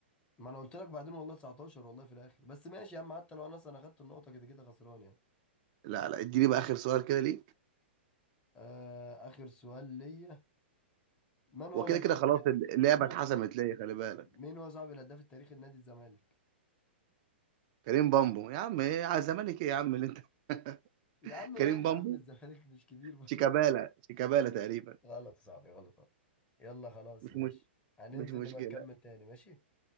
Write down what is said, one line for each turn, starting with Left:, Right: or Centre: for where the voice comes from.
Left: ما انا قلت لك بعدين والله 19 والله في الاخر بس ماشي يا عم حتى لو انا اصلا اخدت النقطه كده كده خسران يعني
Right: لا لا اديني بقى اخر سؤال كده ليك
Left: آه اخر سؤال ليا من هو
Right: وكده
Left: الهداف
Right: كده خلاص
Left: الت...
Right: اللعبة
Left: مين
Right: اتحسمت
Left: هو
Right: ليا خلي بالك
Left: مين هو صاحب الهداف التاريخي لنادي الزمالك
Right: كريم بامبو يا عم ايه على الزمالك ايه يا عم اللي انت
Left: يا
Right: <laughs>
Left: عم ماله
Right: كريم بامبو
Left: يا عم الزمالك مش كبير برضه
Right: شيكابالا شيكابالا تقريبا
Left: <laughs> غلط يا صاحبي غلط غلط. يلا خلاص
Right: مش
Left: ماشي
Right: مش
Left: هننزل
Right: مش مشكلة
Left: نبقى نكمل تاني ماشي